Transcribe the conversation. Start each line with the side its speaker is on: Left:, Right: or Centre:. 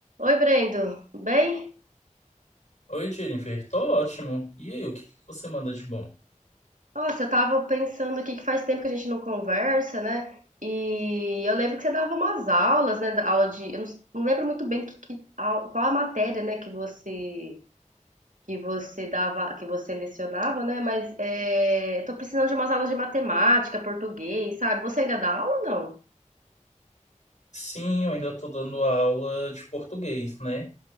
Right: Oi, Brendo, tudo bem?
Left: Oi, Jennifer, tô ótimo. E aí, o que que você manda de bom?
Right: Nossa, eu tava pensando aqui que faz tempo que a gente não conversa, né? E eu lembro que você dava umas aulas, né? da Aula de, eu não, s- não lembro muito bem que, que au- qual a matéria, né? Que você que você dava, que você lecionava, né? Mas é, tô precisando de umas aulas de matemática, português, sabe? Você ainda dá aula ou não?
Left: Sim, eu ainda tô dando aula de português, né?